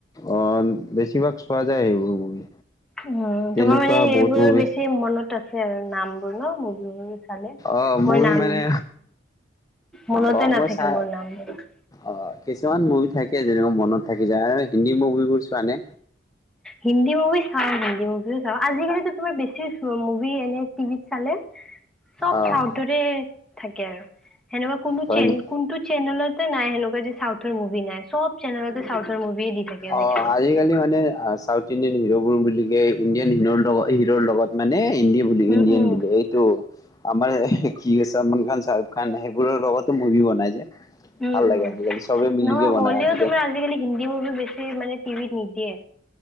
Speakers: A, on the left; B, in the centre.
A: অ', বেছিভাগ চোৱা যায় সেইবোৰ মুভি।
B: উম,
A: তেনেকুৱা
B: তোমাৰ মানে সেইবোৰ
A: বহুত মুভি
B: বেছি মনত আছে আৰু নামবোৰ ন <unintelligible> চালে,
A: অ' মুভি
B: মোৰ নাম
A: মানে
B: মনতে
A: অ'
B: নাথাকে
A: মই চা
B: মোৰ নামবোৰ।
A: অ', কিছুমান মুভি থাকে যেনেকুৱা মনত থাকি যায় আৰু হিন্দী মুভিবোৰ চোৱানে?
B: হিন্দী মুভি চাওঁ, হিন্দী মুভিও চাওঁ। আজিকালিটো তোমাৰ বেছি মুভি এনে টিভিত চালে চব
A: অ'
B: চাওঁ। থাকে আৰু, সেনেকুৱা কোনো
A: হয়
B: চেন
A: নি?
B: কোনটো চেনেলতে নাই সেনেকা চাউথৰ মুভি নাই, চব চেনেলতে চাউথৰ মুভিয়ে দি থাকে আজিকালি।
A: অ' আজিকালি মানে ইণ্ডিয়ান হিৰ'বোৰ বুলিকে ইণ্ডিয়ান হিৰো হিৰ'ৰ লগত মানে হিন্দী বুলি
B: উম
A: ইণ্ডিয়ান
B: উম
A: বুলি এইটো। আমাৰ কি ছলমান খান, চাৰুক খান সেইবোৰৰ লগতো মুভি বনাই যায়।
B: উম
A: ভাললাগে
B: উম
A: আজিকালি, চবে মিলি
B: নহয়
A: বনায়
B: হ'লেও
A: আজিকালি।
B: তোমাৰ হিন্দী মুভি বেছি মানে টিভিত নিদিয়ে।